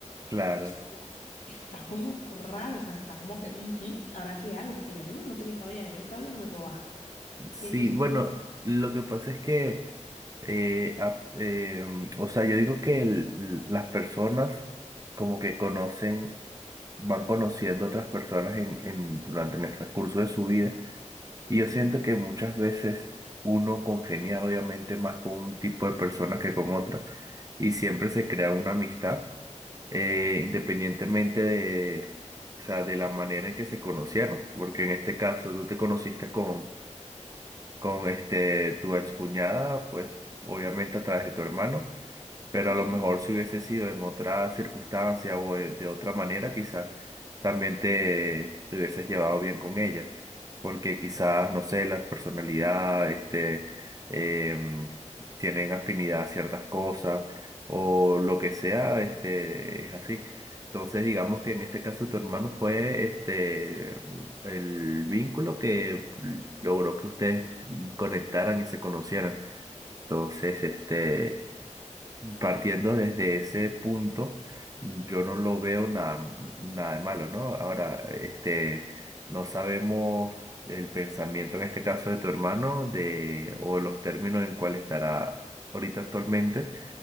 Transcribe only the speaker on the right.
Claro,
sí,
bueno,
lo que pasa es que, eh, a- eh, o sea, yo digo que el- las personas como que conocen. van conociendo otras personas en, en- durante en el transcurso de su vida.
Y yo siento que muchas veces uno congenia obviamente más con un tipo de personas que con otras y siempre se crea una amistad eh, independientemente de, o sea, de la manera en que se conocieron. Porque en este caso tú te conociste con, con este, tu excuñada, pues obviamente a través de tu hermano pero
a lo mejor si hubiese sido en otra circunstancia o eh, de otra manera, quizás también te, te hubieses llevado bien con ella, porque quizás, no sé, la personalidad, este, em, tienen afinidad a ciertas cosas o lo que sea, este, es así. Entonces, digamos que en este caso tu hermano fue este el vínculo que logró que ustedes conectaran y se conocieran. Entonces, este, Partiendo desde ese punto, yo no lo veo nada, nada de malo, ¿no? Ahora, este, no sabemos el pensamiento en este caso de tu hermano de, o los términos en cuál estará ahorita actualmente,